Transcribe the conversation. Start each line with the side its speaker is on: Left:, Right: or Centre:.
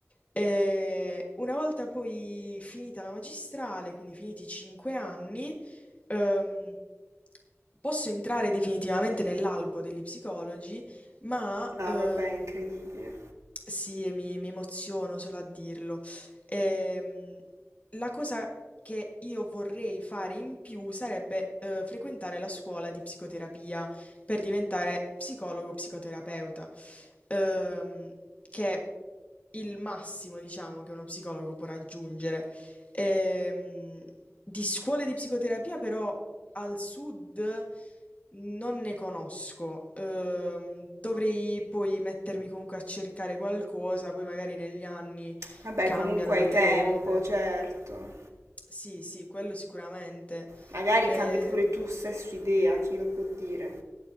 Left: Eh, una volta poi finita la magistrale, quindi finiti i cinque anni, ehm, posso entrare definitivamente nell'albo degli psicologi, ma
Right: No,
Left: ehm,
Right: vabbè, è incredibile.
Left: sì, mi, mi emoziono solo a dirlo. Ehm, la cosa che io vorrei fare in più sarebbe eh, frequentare la scuola di psicoterapia per diventare psicologo psicoterapeuta, ehm, che è il massimo, diciamo, che uno psicologo può raggiungere. Ehm, di scuole di psicoterapia però al sud non ne conosco. Ehm, dovrei poi mettermi comunque a cercare qualcosa, poi magari negli anni
Right: Vabbè,
Left: cambiano
Right: comunque
Left: delle
Right: hai tempo,
Left: robe.
Right: certo.
Left: Sì, sì, quello sicuramente.
Right: Magari
Left: Ehm,
Right: cambi pure tu stesso idea, chi lo può dire.